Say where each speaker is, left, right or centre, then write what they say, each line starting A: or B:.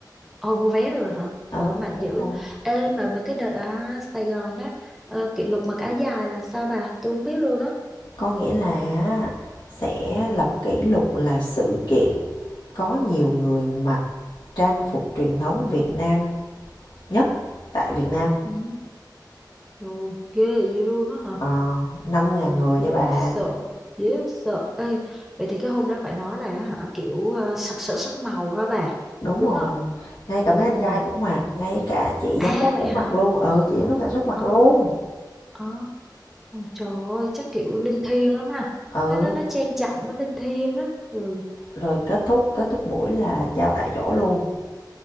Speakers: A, in the centre; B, on the left.
A: ồ, mua vé rồi hả?
B: ờ
A: Trời ơi, mạnh
B: mua vé
A: dữ.
B: rồi
A: Ê, mà mà cái đợt ở Sài Gòn á, ờ, kỷ lục mặc áo dài là sao bà? Tôi không biết luôn á.
B: có nghĩa là á, sẽ lập kỷ lục là sự kiện có nhiều người mặc trang phục truyền thống Việt Nam nhất tại Việt Nam
A: Ừ, rồi, ghê vậy luôn á hả?
B: ờ, 5.000 người
A: Dễ
B: nha bà
A: sợ, dễ sợ. Ê, vậy thì cái hôm đó phải nói là hả, kiểu ờ, sặc sỡ sắc màu hả bà?
B: đúng
A: Đúng
B: rồi
A: không?
B: ngay cả mấy anh
A: Ừ.
B: trai cũng mặc ngay cả chị
A: À
B: giám đốc
A: vậy
B: cũng
A: hả?
B: mặc luôn ừ chị giám đốc sản xuất mặc
A: Ờ.
B: luôn
A: Ờ. Trời ơi, chắc kiểu linh thiêng lắm ha.
B: ừ
A: Nó nó nó trang trọng, nó linh thiêng á. Ừ.
B: rồi kết thúc kết thúc buổi là trao tại chỗ luôn